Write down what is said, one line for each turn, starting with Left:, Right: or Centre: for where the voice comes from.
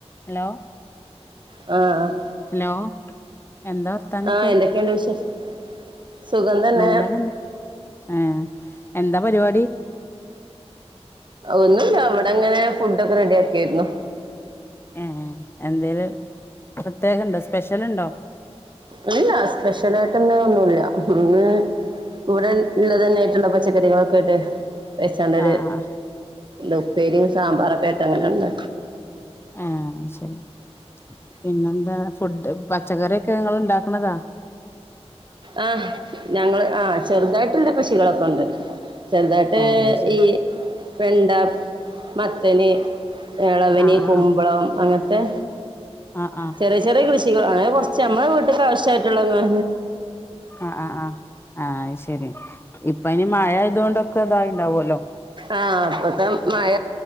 Left: Hello
Right: ആ ആ
Left: hello എന്താ വർത്താനൊക്കെ
Right: ആഹ് എന്തൊക്കെയുണ്ട് വിശേഷം സുഖം തന്നെ
Left: നല്ലതന്നെ ആഹ എന്താ പരിപാടി
Right: ഒന്നുമില്ല അവിടെ അങ്ങനെ ഫുഡ് ഒക്കെ റെഡി ആക്കിയായിരുന്നു
Left: ഏ എന്തേലും പ്രത്യേകണ്ടോ സ്പെഷ്യലുണ്ടോ
Right: ഇല്ലില്ല സ്പെഷ്യൽ ആയിട്ടീന്ന് ഒന്നുമില്ല ഇന്ന് ഇവിടെ ഉള്ളതന്നെയിട്ടുള്ള പച്ചക്കറികളൊക്കെട്ട് വെച്ചാണ്ടരു
Left: ആഹ് ആഹ്
Right: ഉപ്പേരിയും സാമ്പാറൊക്കെ ആട്ട് അങ്ങനെണ്ട്
Left: ആ ശെരി പിന്നെന്താ ഫുഡ് പച്ചക്കറ്യോക്കെ ങ്ങള് ഇണ്ടാക്കണതാ
Right: ആ ഞങ്ങള് ആ ചെറുതായിട്ട്ണ്ട് കൃഷികളൊക്കെ ഇണ്ട് ചെറുതായിട്ട്
Left: ഏഹ് അത് ശരി
Right: ഈ വെണ്ട മത്തന് എളവന്
Left: ആഹ്
Right: കുമ്പളം
Left: ആഹ്
Right: അങ്ങനത്തെ
Left: ആഹ് ആഹ്
Right: ചെറിയ ചെറിയ കൃഷികൾ അങ്ങനെ കൊറച്ച് നമ്മളെ വീട്ട്ക്ക് ആവശ്യായിട്ടുള്ളങ്ങാ
Left: ആഹ് ആ ആഹ് ആ ശരി പ്പൊ ഇനി മഴ ആയതുകൊണ്ടൊക്കെ ഇതായിണ്ടാവുല്ലോ
Right: ആ അപ്പത്തെ മഴ